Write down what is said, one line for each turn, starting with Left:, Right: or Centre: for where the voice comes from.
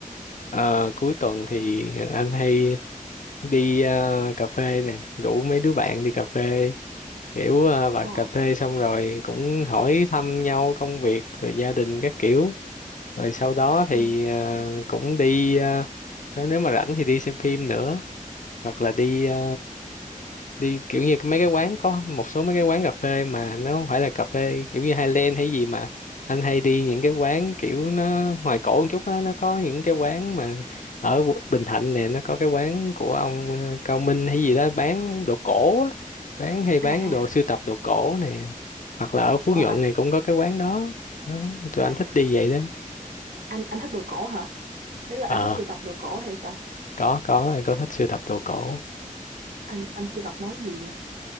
Left: Ờ, cuối tuần thì anh hay đi ờ, cà phê nè rủ mấy đứa bạn đi cà phê kiểu à, bà
Right: Ờ,
Left: cà phê xong rồi cũng hỏi thăm nhau công việc rồi gia đình các kiểu rồi sau đó thì
Right: ừ.
Left: à, cũng đi à, nếu mà rảnh thì đi xem phim nữa hoặc là đi ờ, đi kiểu như mấy cái quán có một số mấy cái quán cà phê mà nó không phải là cà phê kiểu như Highland hay gì mà anh hay đi những cái quán kiểu nó ngoài cổ một chút á nó có những cái quán mà ở Qu- Bình Thạnh nè nó có cái quán của ông ờ, Cao Minh hay gì đó bán đồ cổ á bán hay bán
Right: à à,
Left: đồ sưu tập đồ cổ nè hoặc là ở Phú
Right: Ờ,
Left: Nhuận
Right: à,
Left: này cũng có cái quán đó, đó tụi
Right: à
Left: anh thích đi vậy đó
Right: anh anh thích đồ cổ hả? Ý là
Left: ờ
Right: anh thích sưu tập đồ cổ hay sao?
Left: có có anh có thích sưu tập đồ cổ
Right: anh anh sưu tập món gì vậy